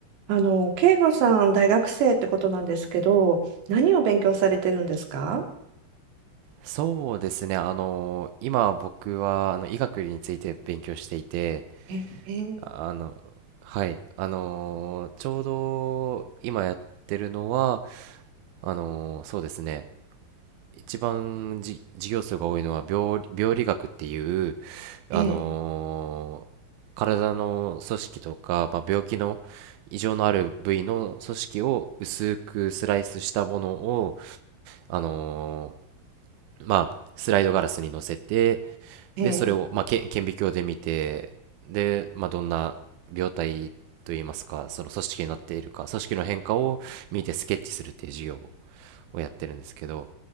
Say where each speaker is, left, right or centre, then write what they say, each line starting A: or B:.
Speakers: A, on the right; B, on the right.
A: あの、慶吾さん、大学生ってことなんですけど、何を勉強されてるんですか
B: そうですね。あの、今僕はあの医学について勉強していて、
A: え、え、
B: ああの、はい、あの、ちょうど今やってるのは、あの、そうですね。一番じ授業数が多いのは病理、病理学っていう、あの、
A: え、
B: 体の組織とか、まあ、病気の異常のある部位の組織を薄くスライスしたものを、あの、まあ、スライドガラスに乗せて、
A: え、
B: で、それを、まあ、け顕微鏡で見て、で、まあ、どんな病態といいますか、その組織になっているか、組織の変化を見てスケッチするっていう授業をやってるんですけど、